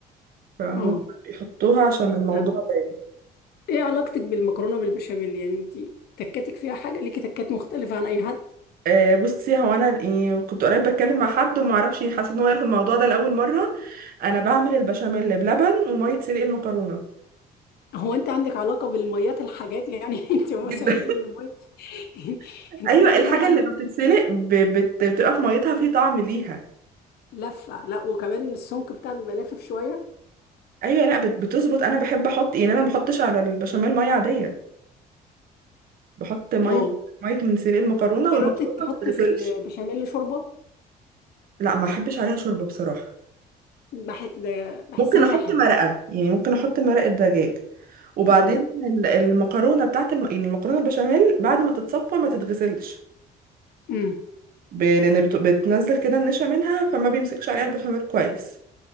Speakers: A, on the right; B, on the left.
A: فهم
B: اه
A: بيحطوها عشان الموضوع
B: طب
A: ده
B: ايه علاقتك بالمكرونة بالبشاميل يعني انت تكاتك فيها حاجة ليكي تكات مختلفة عن اي حد
A: آه، بصي هو انا يعني كنت قريب بتكلم مع حد وما اعرفش حسيت ان هو يعرف الموضوع ده لاول مره انا بعمل البشاميل بلبن وميه سلق المكرونه
B: هو انت عندك علاقة بالميات الحاجات يعني <laughs> انت مساليق
A: جدا
B: المية <laughs>
A: <laughs>
B: انت
A: ايوه
B: تقريبا
A: الحاجه
B: عندك
A: اللي ما بتتسلق ب- بت- بتبقى في ميتها في طعم ليها
B: لفة لا وكمان السمك بتاعك بيبقى لافف شوية
A: ايوه لا بت- بتظبط انا بحب احط يعني انا ما بحطش على البشاميل ميه عاديه بحط ميه
B: اه
A: ميه من سلق المكرونه
B: جربت
A: والمكرونه
B: تحط
A: ما بتتغسلش
B: في البشاميل شوربة
A: لا ما بحبش عليها شوربه بصراحه
B: بح... ده بحسها
A: ممكن
B: انها
A: احط
B: حلوة
A: مرقه يعني ممكن احط مرقه دجاج وبعدين
B: اه
A: ال- المكرونه بتاعت الم... يعني المكرونه البشاميل بعد ما تتصفى ما تتغسلش
B: امم
A: ب... لان بت... بتنزل كده النشا منها فما بيمسكش عليها البشاميل كويس